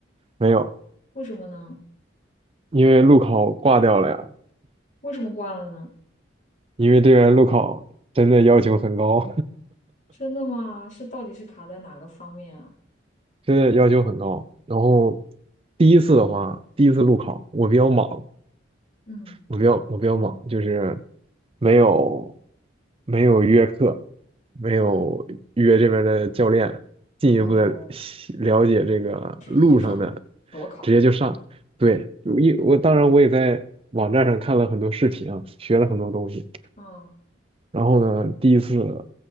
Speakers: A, on the right; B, on the left.
A: 没有，
B: 为什么呢？
A: 因为路考挂掉了呀，
B: 为什么挂了呢？
A: 因为这边路考真的要求很高，
B: 真的吗？是到底是卡在哪个方面啊？
A: <laughs> 真的要求很高。然后第一次的话，第一次路考我比较莽，
B: 嗯
A: 我比较我比较忙，就是没有没有约课，没有约这边的教练进一步的
B: 嗯，哦，
A: 了解这个路上的，
B: 直接就上裸考。
A: 直接就上。对，一我当然我也在网站上看了很多视频啊，学了很多东西。
B: 啊，
A: 然后呢，第一次